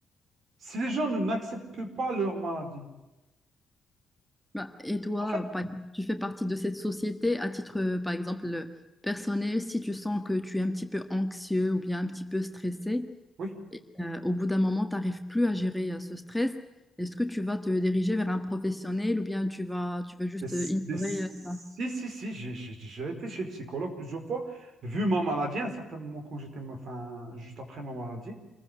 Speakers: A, on the right; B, in the centre.
A: Si les gens ne- n'acceptent pas leur maladie.
B: Bah, et toi,
A: En fait,
B: par exemple, tu fais partie de cette société à titre, euh, par exemple, euh, personnel, si tu sens que tu es un petit peu anxieux ou bien un petit peu stressé,
A: oui.
B: et, euh, au bout d'un moment, tu n'arrives plus à gérer euh, ce stress, est-ce que tu vas te diriger vers un professionnel ou bien tu vas, tu vas juste
A: Mais, s-
B: euh, ignorer
A: mais si,
B: euh, ça?
A: si, si, j'ai j'ai- j'ai été chez le psychologue plusieurs fois, vu ma maladie, à un certain moment, quand j'étais, ma- enfin, juste après ma maladie.